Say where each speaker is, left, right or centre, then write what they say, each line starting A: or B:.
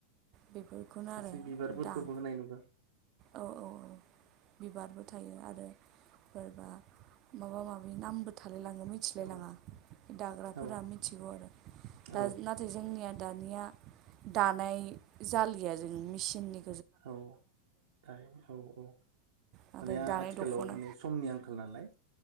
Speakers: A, on the right; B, on the right.
A: बेफोरखौनो
B: खायसे
A: आरो
B: बिबारफोरखौबो
A: दां
B: होनाय नुुदों।
A: औ औ बिबारबो थायो आरो बा माबा माबि नामबो थालायलाङो मिथिलाय
B: औ
A: लाङा दाग्राफोरा
B: औ
A: मिथिगौ आरो दा
B: औ
A: नाथाय जोंनिया दानिया दानाय जालिया जों मेचिननि
B: औ दायो औ औ।
A: नाथाय
B: माने
A: दानाय
B: आथिखालाव
A: दख'ना
B: माने समनि आंखाल नालाय